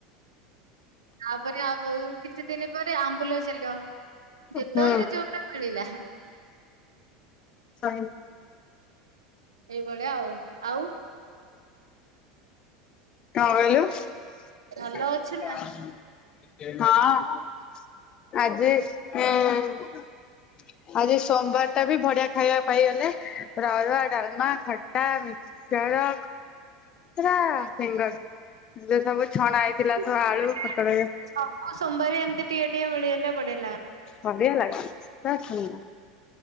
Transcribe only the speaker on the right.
ତାପରେ ଆଉ କିଛି ଦିନ ପରେ ଆମ୍ବୁଲ ଚାଲିବ, ଯେତେବେଳେ
ଯୋଉଟା ମିଳିଲା।
ଏଇଭଳିଆ ଆଉ ।ଆଉ
ଭଲ ଅଛୁ ନା?
<inaudible>
ସବୁ
ସୋମବାର ଏମିତି ଟିକେ ଟିକେ ମିଳି ଥିଲେ ବଡ଼ି